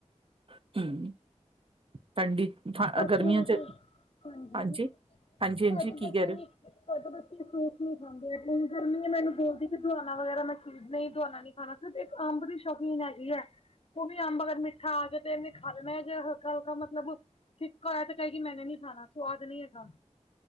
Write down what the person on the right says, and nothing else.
<unintelligible> ਠੰਡੀ ਗਰਮੀਆਂ
ਚ
ਹਾਂਜੀ-ਹਾਂਜੀ-ਹਾਂਜੀ,
ਕੀ
ਕਹਿ ਰਹੇ
ਓ? <unintelligible>